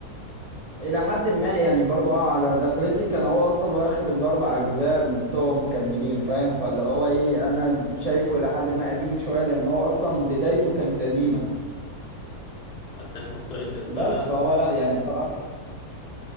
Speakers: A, on the right; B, on the left.
A: إلى حد ما يعني برضو آه، على دخلتي كان هو أصلا واخد الأربع أجزاء بتوعه مكملين فاهم فاللي هو إيه أنا شايفه إلى حد ما قديم شوية لأن هو أصلا بدايته كانت قديمة
B: أتاك أون تايتن
A: بس
B: ده
A: فهو لأ يعني بصراحة ك...